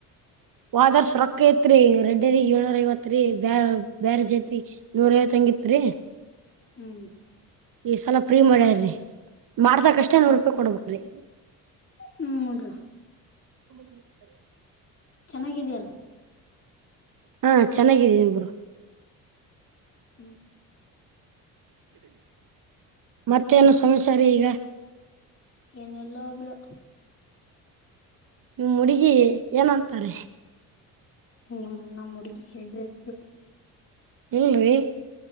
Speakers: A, on the right (about 50°); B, on the left (about 35°).
A: ಹೋದಾವರ್ಷ ರೋಕ ಇತ್ ರಿ ರೆಡ್ದ ಏಳ್ನೂರ ಐವತ್ ರೀ ಬ್ಯಾರೆ ಜಾತಿ ನೂರ ಐವತ್ ಹಂಗಿತ್ <unintelligible>
B: ಹ್ಮ್
A: ಈ ಸಲ ಪ್ರೀ ಮಾಡ್ಯಾರ್ರಿ ಮಾಡದಕಷ್ಟೆ
B: ಹ್ಮ್
A: ನೂರು ರೂಪಾಯಿ ಕೊಡ್ಬೇಕ್ರೀ
B: ಹ್ಮನ್ರಿ
A: <unintelligible>
B: ಚೆನ್ನಾಗಿದ್ಯಾ
A: ಹಾ ಚೆನ್ನಾಗಿದ್ದೀನೀ ಬ್ರೋ
B: ಹ್ಮ್
A: ಮತ್ತೇನು ಸಮಾಚಾರ ಈಗ
B: ಏನಿಲ್ಲಾ ಬ್ರೋ
A: ನಿಮ್ ಹುಡುಗಿ ಏನಂತಾರೆ
B: ನಿಮ್ಮ ನಮ್ಮ ಹುಡುಗಿ ಎಲ್ ಇಬ್ರು
A: ಹ್ಮ ರೀ